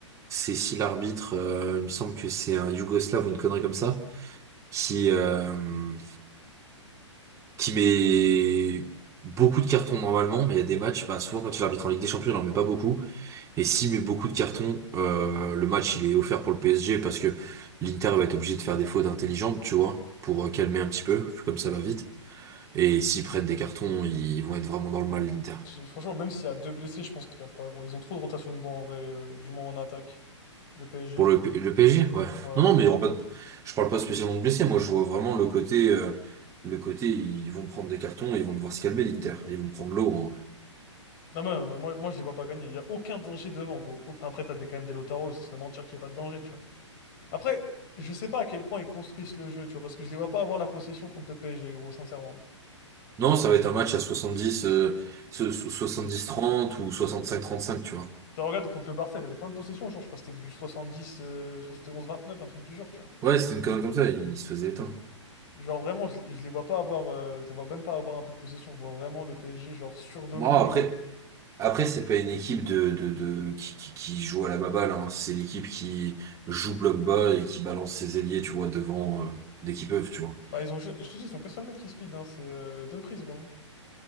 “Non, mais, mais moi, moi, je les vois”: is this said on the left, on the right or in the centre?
Left